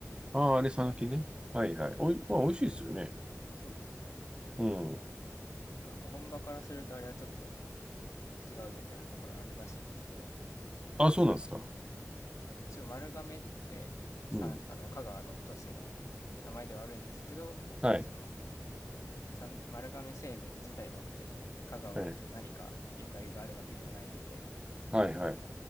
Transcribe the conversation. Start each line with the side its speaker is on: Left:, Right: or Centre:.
Right: ああー、あれ、讃岐ね。
Left: まあ、
Right: はいはい。おい、まあ、美味しいですよね。
Left: そうですね。
Right: うん。
Left: まあなんか本場からするとあれはちょっと違うみたいなところあるらしいんですけど、
Right: あ、そうなんですか。
Left: なんか一応丸亀ってさ、
Right: うん。
Left: あの香川の都市の名前ではあるんですけど、
Right: はい。
Left: そのさん丸亀製麺自体は別に香川と何かゆかりがあるわけではないみたいな
Right: はい、はい、はい。